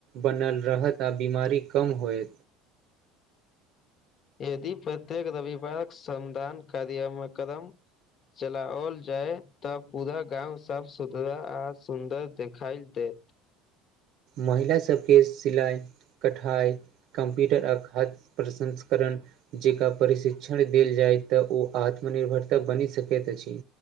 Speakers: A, on the right; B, on the left.
A: बनल रहत आ बीमारी कम होए
B: यदि प्रत्येक रविवारक समदान कार्यमक्रम चलाओल जाय तब पूरा गाँंव साफ सुथरा आ सुन्दर देखाइ देत
A: महिला सबके सिलाइ कठाइ कम्प्यूटर आ खाद प्रसंस्करण जेका प्रशिक्षण देल जाय तऽ ओ आत्मनिर्भरता बनि सकैत अछि